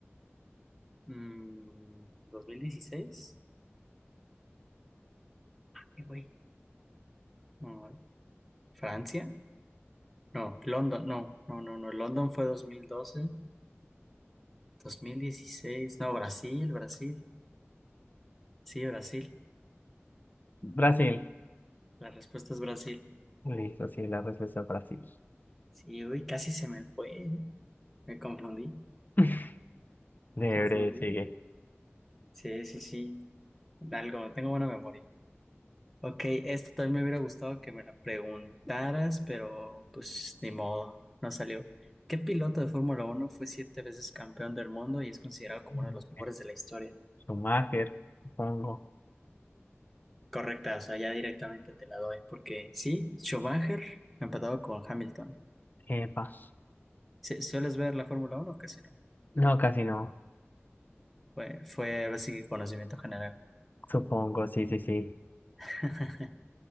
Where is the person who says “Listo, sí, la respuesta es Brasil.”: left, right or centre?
Left